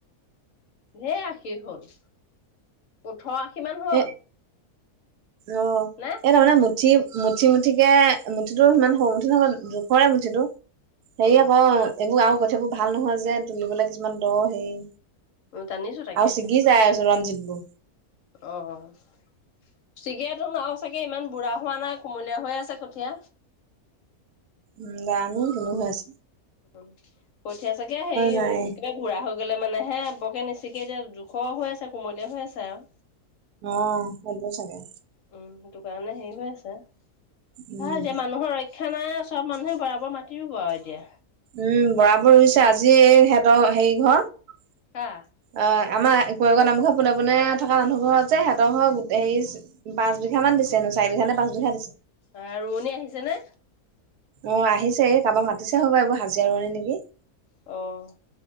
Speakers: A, on the left; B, on the right.
A: ঢেৰ আশী হ'ল ওঠৰ আশী মান হ'ল
B: এ অ,
A: নে?
B: এনে মানে মুঠি মুঠি মুঠিকে মুঠিটো সিমান সৰু মুঠি নহব জোখৰে মুঠিটো হেৰি
A: উম
B: আকৌ এইবোৰ আৰু কথাবোৰ ভাল নহয় যে তুলিবলৈ কিছুমান দ হেৰি
A: জানিছো তাকেহে
B: আ চিগি যায় আছ ৰঞ্জিত বু
A: অ ', ছিগটোো নও চাগে ইমান বুঢ়া হোৱা নাই কুমলীয়া হৈ আছে কঠীয়া
B: উ দমি কনেো হৈ আছো
A: উ কঠ আ চাগে সেই
B: নাই
A: কেিবা ঘু় হ গলে মানে হে বৰকে নিচিকে এতিয়া জোখ হৈ আছে কুমলীয়া হৈ আছে আৰু।
B: অ সটো চাগে
A: উম সেইটো কাৰণে হেৰি হৈ আছে
B: উম
A: ভাল যে মানুহৰ ৰক্ষা সেনাই চব মানুহে বৰাবৰ মাটি ৰুব আৰু এতিয়া
B: উম বৰাবোৰ ৰুইছে আজি সিহঁতৰ হেৰি ঘৰ অ
A: হা।
B: আমাৰ। কুৰেকৰ নামঘৰ পোনে পোনে থকা মানুহ ঘৰতে সিহঁতৰ ঘৰৰ হেৰি পচঁবিঘা দিছে চাৰি বিঘা মানে পাছ বিঘা দিছে।
A: অ ৰোৱনী আহিছে নে
B: অ' আহিছে এই কাৰোবাক মাতিছে হ'ব এইবোৰ হাজিৰা ৰোৱনী নেকি
A: অ'